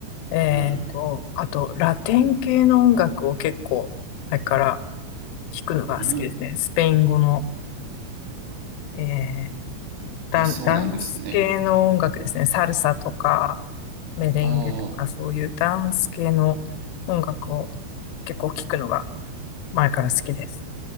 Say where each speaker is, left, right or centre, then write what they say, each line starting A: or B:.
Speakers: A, on the left; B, on the right.
A: えーっと、
B: うん、
A: あと、ラテン系の音楽を結構、前から聞くのが好きですね。
B: うん。
A: スペイン語の、えーダン、
B: あ、そうなんですね。
A: ダンス系の音楽ですね。サルサとか、メレンゲとか、
B: ああ、
A: そういうダンス系の音楽を結構聞くのが前から好きです。